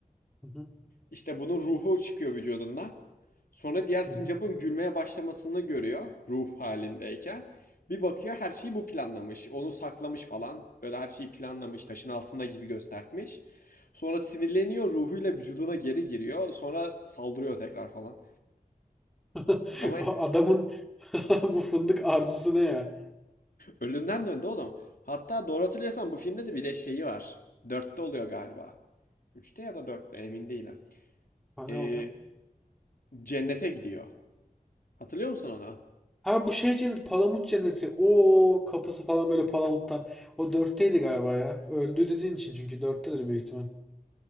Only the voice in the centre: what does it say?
<laughs>
Hı hı.
<laughs>
Bu adamın <laughs> bu fındık arzusu ne ya?
Ha ne
oluyor?
Ha bu şey cennet, palamut cenneti. O kapısı falan böyle palamuttan. O dörtteydi galiba ya. Öldü dediğin için çünkü dörttedir büyük ihtimal.